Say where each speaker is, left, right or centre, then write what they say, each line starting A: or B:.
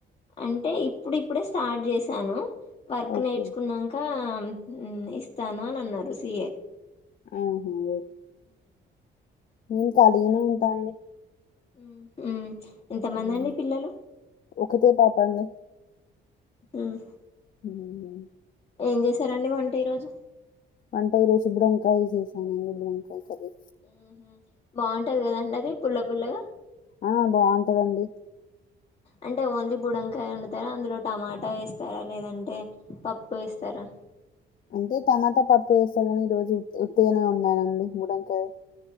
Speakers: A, on the left; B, on the left.
A: అంటే, ఇప్పుడిప్పుడే స్టార్ట్ చేశాను. Work
B: okay.
A: నేర్చుకున్నంకా ఉమ్, ఇస్తాను అనన్నారు సి ఏ.
B: ఆహ ఓ నేను కలిగనే ఉంటా అండి.
A: ఉమ్ హు. ఎంతమందండి
B: హ్మ్.
A: పిల్లలు?
B: ఒకతే పాప అండి.
A: ఉమ్
B: హ్మ్.
A: ఏం చేశారండి వంట ఈరోజు?
B: వంట ఈరోజు, బుడంకాయ్ చేశానండి బుడంకాయ్ కర్రి.
A: ఉమ్ హు, బాగుంటది కదండి అది పుల్ల పుల్లగా?
B: ఆ! బావుంటదండి.
A: అంటే ఓన్లీ బుడంకాయ వండుతరా? అందులో టమాట్ ట ఏస్తరా? లేదంటే పప్పు ఏస్తరా?
B: అంటే టమాటా పప్పు ఏస్త కని, ఈ రోజు ఉట్ ఉత్తిగనే వండానండి బూడమ్కాయ.